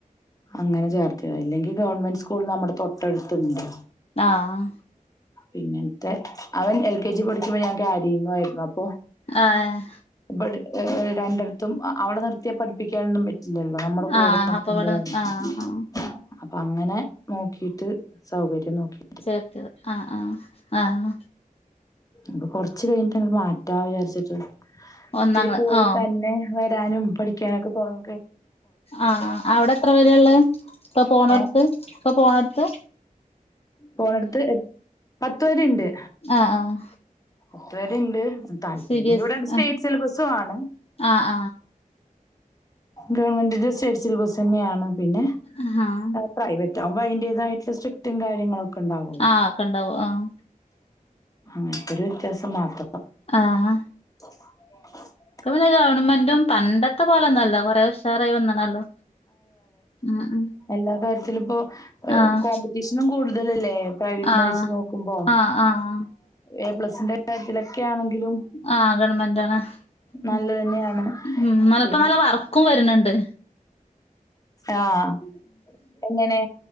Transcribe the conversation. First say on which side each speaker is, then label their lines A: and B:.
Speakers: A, on the left (about 25°); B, on the left (about 45°).
A: അങ്ങനെചേർത്തിയത, ഇല്ലെങ്കിൽ ഗവൺമെന്റ് സ്കൂൾ നമ്മടെ തൊട്ടടുത്ത്ണ്ട്.
B: ആഹ്, ആഹ്
A: പിന്നെ ഇങ്ങൻത്തെ അവൻ എൽ കെ ജി പഠിക്കുമ്പോ ഞാൻ ക്യാരിങ്ങു ആയിര്ന്നു. അപ്പൊ
B: ആഹ്
A: ഇബട് ഏഹ്, ഏഹ് രണ്ട്ട്ത്തും അവ്ടെ നിർത്തിയ പഠ്പ്പിക്കാനൊന്നും പറ്റ് ല്ലല്ലോ, നമ്മള് കൂടെ
B: ആഹ്
A: നിർത്ത്മ്പോ
B: അപ്പൊ ഇവിടെ നി
A: വേണ്ടേ
B: ആഹ് ആഹ്
A: അപ്പ അപ്പ അങ്ങനെ നോക്കീട്ട് സൗകര്യം നോക്കി
B: ചേർത്തിയത്. ആഹ്, ആഹ്, ആണോ?
A: ഇത് കൊർച്ച് കഴിഞ്ഞിട്ട് അങ്ങട്ട് മാറ്റാ വിചാര്ച്ച്ട്ട്
B: ഒന്നാം
A: ഇത്തിരി
B: ക്ലാ
A: പോയി
B: ആഹ്
A: തന്നെ വരാനും പഠിക്കാനൊക്കെ പോണം.
B: ആഹ്, ആഹ് അവ്ടെ എത്രവരേ ഇള്ളെ, ഇപ്പ പോണോട്ത്ത്,
A: ഏഹ്
B: ഇപ്പ പോണോട്ത്ത്?
A: പോണോട്ത്ത് പത്ത് വരേ ഇണ്ട്.
B: ആഹ് ആഹ്
A: പത്ത് വരേ ഇണ്ട്. താല്പര്യം
B: സി
A: ഇണ്ടെങ്കി
B: ബി എസ്
A: ഇവിടെ സ്റ്റേറ്റ്സിലബസ്സു
B: ആഹ്
A: ആണ്.
B: ആഹ്
A: ഗവൺമെന്റിന്റെ സ്റ്റേസ്സിലബസ്സെന്നെയാണ്. പിന്നെ,
B: ആഹ് ആഹ്
A: പ്രൈവറ്റാവുമ്പോ അയിന്റതായ്റ്റ്ള്ള സ്ട്രിക്റ്റും കാര്യങ്ങളൊക്കെ ഇണ്ടാവ് അല്ലോ.
B: ആഹ് ഒക്കെ ഉണ്ടാവും ആഹ്
A: അങ്ങൻത്തൊര് വ്യത്യാസം മാത്രം.
B: ആഹ്, ആഹ്
A: <inaudible>
B: ഇപ്പം പിന്നെ ഗവൺമെന്റും പണ്ടത്തെ പോലെ ഒന്നും അല്ല കൊറെ ഉഷാ ഉഷാറായി വന്ന്ണല്ലോ ഉം ഉം
A: എല്ലാകാര്യത്തിലും ഇപ്പോ
B: ആഹ്
A: കോമ്പറ്റീഷനും കൂട്തെൽ അല്ലെ? പ്രൈവറ്റിനെ
B: ആഹ്
A: വെച്ച് നോക്കുമ്പോ
B: ആഹ് ആഹ്
A: എ പ്ലസിന്റെ കാര്യത്തിലൊക്കെ ആണെങ്കിലും
B: ആഹ് ഗവൺമെന്റാണ്.
A: നല്ലത്
B: ഉം
A: തന്നെയാണ്.
B: ഉം ഇന്നാലും
A: പിന്നെ
B: ഇപ്പം നല്ല വർക്കും വെര്ണ് ഇണ്ട്
A: ആഹ് എങ്ങനെ?